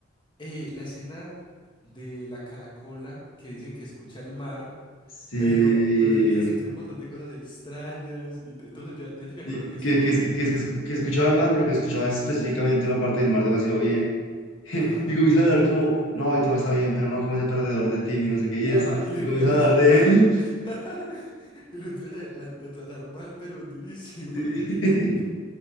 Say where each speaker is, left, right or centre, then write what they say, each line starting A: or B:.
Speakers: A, on the left (about 25°); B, on the left (about 70°).
A: Eh, la escena de la caracola que dicen que escucha el mar.
B: Sí.
A: Pero, pero él empieza a escuchar un montón de cosas extrañas y t- entonces empie- yo ni me acuerdo
B: sí,
A: qué escucha.
B: que, que, que, que, que que escuchaba el mar, pero que escuchaba específicamente una parte del mar demasiado bien. <laughs>
A: Ajá.
B: Y comienzan a hablar como, no, y todo está bien, pero no como ese perdedor de Timmy, no sé qué. Y
A: Ajá,
B: es,
A: y le
B: y
A: empiezan
B: comienzan
A: a insultar.
B: a hablar de él.
A: <laughs> Y le empiezan a, a- a tratar mal, pero durísimo,
B: <laughs>
A: <laughs> durísimo.
B: Sí.